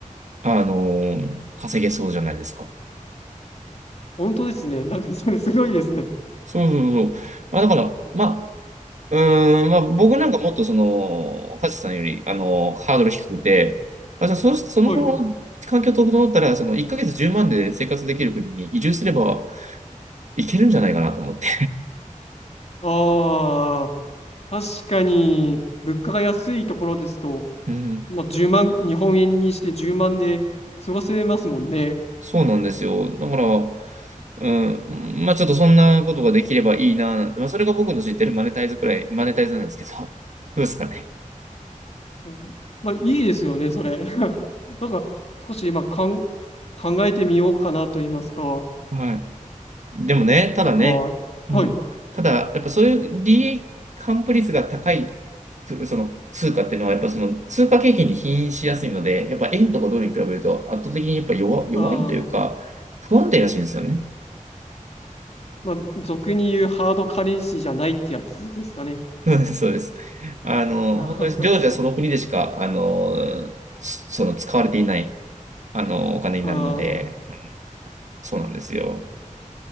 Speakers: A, on the right; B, on the left.
A: あのー稼げそうじゃないですか。
B: 本当ですね。なんかそれすごいですね。
A: そうそうそう。まあだから、
B: おー
A: まうーん、まあ僕なんかもっとその、カズさんより、あの、ハードル低くて、あ、じゃあそ、その環境整ったら、
B: はい。
A: その1ヶ月10万で生活できる国に移住すればいけるんじゃないかなと思って。
B: あー、確かに、物価が安いところですと、
A: <laughs> うん、
B: まあ、10万、日本円にして10万で過ごせますもんね。
A: そうなんですよ。だから、うん、まあちょっとそんなことができればいいな、なんて、まあそれが僕の知ってるマネタイズくらい、マネタイズなんですけど、<laughs> どうですかね。
B: うんまあ、いいですよね、それ。<laughs> なんか、少し今かん、考えてみようかなと言いますか、
A: はい。でもね、ただね、
B: なんか、は
A: うん。
B: い。
A: ただ、やっぱそういう利益還付率が高い、つその通貨っていうのは、やっぱその通貨景気に起因しやすいので、やっぱ円とかドルに比べると圧倒的にやっぱ弱、弱いというか、
B: ああ、
A: 不安定らしいんですよね。<laughs>
B: まあ、俗に言うハードカレンシーじゃないってやつですかね。
A: うんそうです。あの、
B: <laughs>
A: 本当に常時はその国でしか、あの、つその使われていない、あの、お金になるので、
B: ああ、
A: うんそうなんですよ。